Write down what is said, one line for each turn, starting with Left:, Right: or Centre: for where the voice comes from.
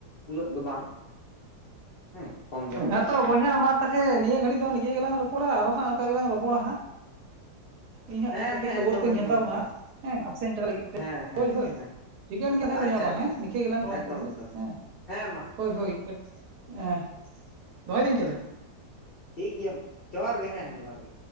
Left: ᱩᱱᱟᱹᱜ ᱫᱚ ᱵᱟᱝ ᱦᱮᱸ ᱠᱚᱢ ᱧᱚᱜ
Right: ᱦᱮᱸ
Left: ᱜᱮ
Right: ᱛᱚ ᱵᱚᱭᱦᱟᱸ ᱢᱟ ᱛᱟᱦᱚᱞᱮ ᱱᱤᱭᱟᱹ ᱜᱷᱟᱹᱲᱤᱡ ᱫᱚ ᱱᱤᱡ ᱜᱮᱞᱟᱝ ᱨᱚᱚᱲᱟ ᱟᱨᱦᱟᱜ ᱚᱱᱠᱟ ᱜᱮᱞᱟᱝ ᱨᱚᱚᱲᱟ ᱦᱟᱜ᱾ ᱤᱧ ᱦᱟᱸᱜ
Left: ᱦᱮᱸ
Right: ᱠᱟᱹᱴᱤᱡ
Left: ᱦᱮᱸ
Right: ᱠᱷᱚᱵᱚᱨ
Left: ᱮᱠᱫᱚᱢ
Right: ᱠᱚᱧ
Left: ᱮᱠᱫᱚᱢ
Right: ᱦᱟᱛᱟᱣᱟ
Left: ᱮᱠᱫᱚᱢ
Right: ᱦᱟᱸᱜ ᱦᱮᱸ ᱟᱥᱮᱱ ᱪᱟᱞ ᱞᱟᱹᱜᱤᱫ ᱛᱮ
Left: ᱦᱮᱸ ᱦᱮᱸ
Right: ᱦᱳᱭ ᱦᱳᱭ᱾
Left: ᱦᱮᱸ
Right: ᱴᱷᱤᱠᱟᱹᱱ ᱜᱮᱭᱟ
Left: ᱟᱪᱪᱷᱟ
Right: ᱛᱟᱦᱞᱮ ᱵᱚᱭᱦᱟ ᱢᱟ
Left: ᱟᱪᱪᱷᱟ
Right: ᱦᱮᱸ
Left: ᱟᱪᱪᱷᱟ
Right: ᱱᱤᱝᱠᱟᱹ ᱜᱮᱞᱟᱝ ᱨᱚᱲᱟ
Left: ᱮᱠᱫᱚᱢ
Right: ᱱᱤᱛᱚᱜ ᱫᱚ
Left: ᱮᱠᱫᱚᱢ
Right: ᱦᱮᱸ
Left: ᱦᱮᱸ ᱢᱟ
Right: ᱦᱳᱭ ᱦᱳᱭ᱾ ᱦᱮᱸ ᱫᱚᱦᱚᱭᱮᱫᱟᱹᱧ ᱛᱟᱦᱚᱞᱮ?
Left: ᱴᱷᱤᱠ ᱜᱮᱭᱟ ᱢᱟ ᱡᱚᱦᱟᱨ ᱜᱮ ᱦᱮᱸ ᱦᱮᱸ ᱡᱚᱦᱟᱨᱜ ᱜᱮ᱾